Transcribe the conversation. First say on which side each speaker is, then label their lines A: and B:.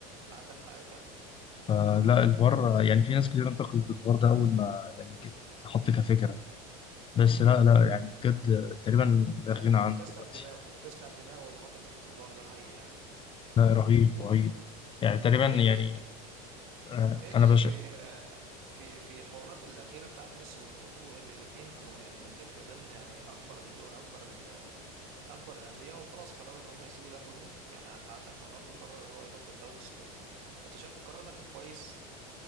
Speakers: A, on the right (about 65°); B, on the left (about 25°).
A: عندك حق فعلا
B: فلا الفار يعني في ناس كتير انتقدت الفار ده أول ما يعني جت- اتحط كفكرة
A: مم.
B: بس
A: مم.
B: لا لا يعني بجد تقريبا
A: لا،
B: لا غنى عنه
A: تسلم
B: دلوقتي
A: دماغه تسلم دماغه اللي حط فكرة الفار ده هي يعني
B: لا رهيب رهيب يعني تقريبا يعني
A: ايه رأيك
B: آه،
A: ايه رأيك
B: انا بشع
A: في آه، في في حوارات الأخيرة بتاعت ميسي ورونالدو اللي الاتنين كانوا يعني من في ضمن يعني اكبر دو اكبر ال- اكبر الأندية وخلاص قرروا ان هم يسيبوا ده كله يعني انت عندك رونالدو قرر اللي هو يروح الدوري السعودي انت شايف القرار ده كان كويس